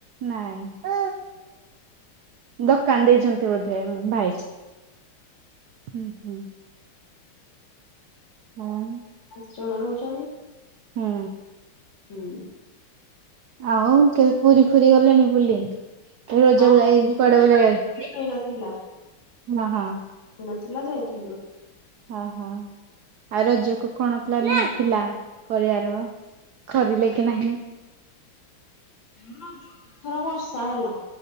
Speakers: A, on the right; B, on the left.
A: ନାଇଁ ଦୋକାନ ଦେଇଛନ୍ତି ବୋଧେ ଭାଇ। ହୁଁ ହୁଁ ହଁ
B: ପାଞ୍ଚ ଜଣ ରହୁଛନ୍ତି।
A: ହୁଁ।
B: ହୁଁ।
A: ଆଉ କେବେ ପୁରୀ ଫୁରି ଗଲେଣି ବୁଲିି? ରଜରେ
B: ହଁ
A: ଯାଇସନ୍ତି କୁଆଡେ ବୁଲିବା ପାଇଁ
B: ହେଇନଥିଲା
A: ହ ହଁ।
B: ନଥିଲା ଯାଇଥିଲୁ।
A: ହଁ ହଁ। ଆଉ ରଜକୁ କଣ ପ୍ଲାନିଙ୍ଗ ଥିଲା କରିବାର କରିଲେ କି ନାହିଁ।
B: ଆମର ରଜ କୁ ଏଥର ବର୍ଷା ହେଲା